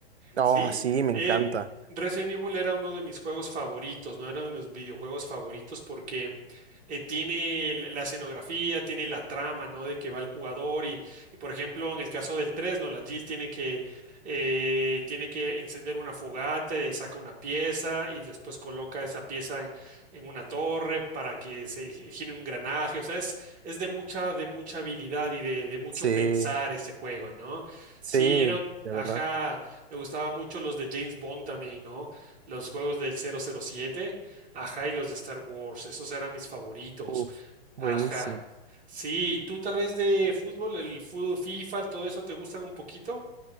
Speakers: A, on the right (about 80°); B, on the right (about 25°).
A: Oh,
B: Sí,
A: sí, me
B: eh,
A: encanta.
B: Resident Evil era uno de mis juegos favoritos, no era de mis videojuegos favoritos porque eh, tiene el- la escenografía, tiene la trama, ¿no? De que va el jugador y, y, por ejemplo, en el caso del 3, ¿no? La Jill tiene que, eh, tiene que encender una fogata y ahí saca una pieza y después coloca esa pieza en, en una torre para que se gi- gire un engranaje. O sea, es, es de mucha, de mucha habilidad y de, de mucho
A: Sí,
B: pensar este juego, ¿no?
A: sí,
B: Sí, era un...
A: de
B: Ajá.
A: verdad.
B: Me gustaba mucho los de James Bond también, ¿no? Los juegos del 007, ajá, y los de Star Wars, esos eran mis favoritos,
A: Uf, buenísimo.
B: ajá. Sí, ¿tú tal vez de fútbol, el fútbol, FIFA, todo eso te gustan un poquito?